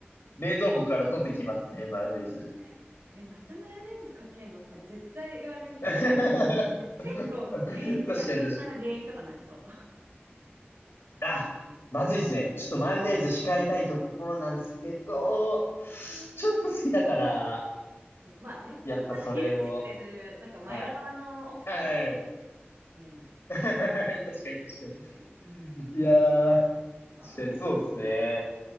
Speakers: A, on the left; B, on the right.
A: 冷蔵庫から取ってきますね、マヨネーズ。
B: ね。え、またマヨネーズかけんのって、あ絶対言われるんで。
A: <laughs> 確か
B: え結構げんなんか喧嘩の原因とかなりそ
A: に確かに。あ、まずいですね。ちょっとマヨネーズ控えたいところなんですけど、
B: う。
A: ちょっと好きだから、
B: うん <laughs> そまあね、そこは許してくれる、
A: やっぱそれも、
B: なんかマヨラーの奥さんがいる。
A: はい。はい。
B: うん。
A: <laughs> 確かに確か
B: うん、
A: に。いやー、
B: ああれ
A: 確かにそうですね。